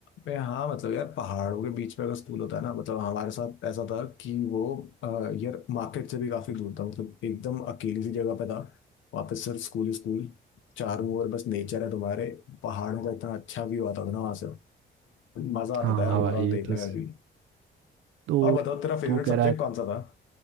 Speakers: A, on the left; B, on the right.
A: मैं हाँ मतलब यार पहाड़ों के बीच में अगर स्कूल होता है ना मतलब हमारे साथ ऐसा था कि वो अ, यार मार्केट से भी काफी दूर था मतलब एकदम अकेली सी जगह पे था वहाँ पे सिर्फ स्कूल ही स्कूल चारों ओर बस नेचर है तुम्हारे पहाड़ों का इतना अच्छा व्यू आता था ना वहाँ से मजा आता
B: हाँ
A: था यार
B: हाँ
A: ओवरऑल
B: भाई ये
A: देखने
B: तो
A: में भी
B: तो
A: और बताओ तेरा फेवरेट
B: तू
A: सब्जेक्ट
B: कह रहा
A: कौन सा था